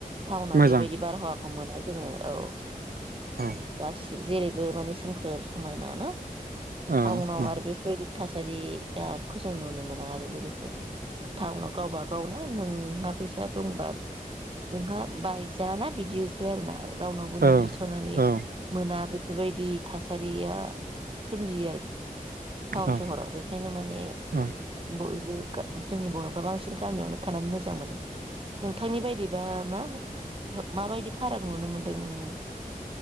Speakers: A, on the right; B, on the right.
A: टाउनआव
B: मोजां
A: बेबायदि बारहावाखौ मोना जोङो औ
B: औ
A: गासै जेरैबो माने सोमखोर समायना ना?
B: औ
A: टाउनआव
B: औ
A: आरो बेफोरबायदि थासारियाखौ जों नुनो मोना आरो लोगोसे टाउनआव गावबा गाव ना नों नोंहा फैसा दंबा नोंहा बाय जा ना बिदियोसो आरो ना रावनावबो
B: औ
A: नों बि थ'नानै
B: औ
A: मोना बेफोरबायदि थासा सारिया सोमजियो आरो टाउन
B: औ
A: सहराव बेखायनो माने
B: औ
A: बयबो गा जोंनि बर'फ्रा बांसिन गामियावनो थानानै मोजां मोनो नोंथांनि बायदिबा मा माबायदि फाराख नुनो मोनदों नोङो?